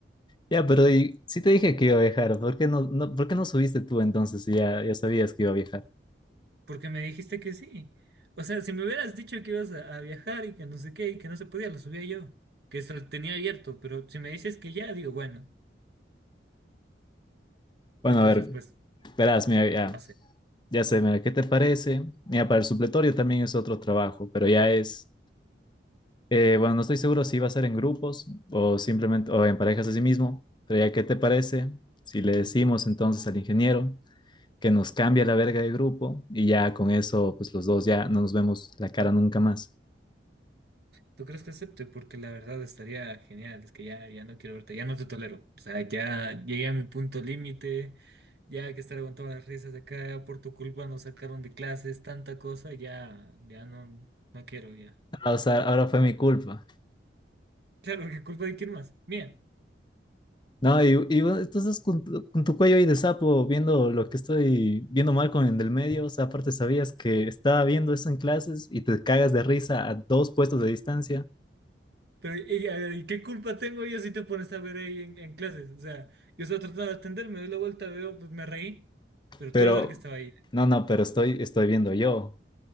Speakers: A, on the left; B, on the right.
A: Ya, pero y sí te dije que iba a viajar. ¿Por qué no, no, por qué no subiste tú entonces si ya, ya sabías que iba a viajar?
B: porque me dijiste que sí. O sea, si me hubieras dicho que ibas a, a viajar y que no sé qué y que no se podía, lo subía yo, que eso lo tenía abierto, pero si me dices que ya, digo, bueno.
A: Bueno,
B: Entonces,
A: a ver,
B: pues,
A: verás, mira, ya,
B: no sé.
A: ya sé, mira, ¿qué te parece? Mira, para el supletorio también es otro trabajo, pero ya es Eh, bueno, no estoy seguro si va a ser en grupos o simplemente o en parejas a sí mismo, pero ya qué te parece si le decimos entonces al ingeniero que nos cambie la verga de grupo y ya con eso pues los dos ya no nos vemos la cara nunca más.
B: ¿Tú crees que acepte? Porque la verdad estaría genial. Es que ya, ya no quiero verte, ya no te tolero. O sea, ya llegué a mi punto límite. Ya hay que estar aguantando las risas acá, por tu culpa nos sacaron de clases, tanta cosa, ya, ya no, no quiero, ya. <laughs>
A: Ah, o sea, ahora fue mi culpa.
B: Claro, ¿qué culpa de quién más? Mía.
A: No, y, y bueno, entonces con tu, con tu cuello ahí de sapo viendo lo que estoy viendo mal con el del medio, o sea, aparte sabías que estaba viendo eso en clases y te cagas de risa a dos puestos de distancia,
B: Pero, y, a ver, ¿y qué culpa tengo yo si te pones a ver ahí en, en clases? O sea, yo estaba tratando de atender, me doy la vuelta, veo, pues me reí, pero
A: pero
B: tú eres el que estaba ahí.
A: no, no, pero estoy, estoy viendo yo.